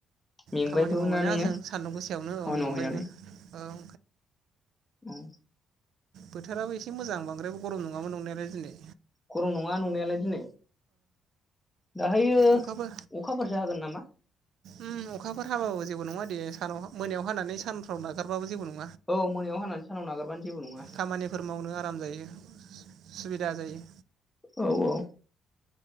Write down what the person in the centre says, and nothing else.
मेंबायबो
ना नोङो
खामानि
मावहैनानै
औ
गरम नङा नंनायालाय दिनै दाहायो अखाफोरसो
हागोन नामा
औ मोनायाव हानानै सानाव नागारबानो जेबो नङा
औ औ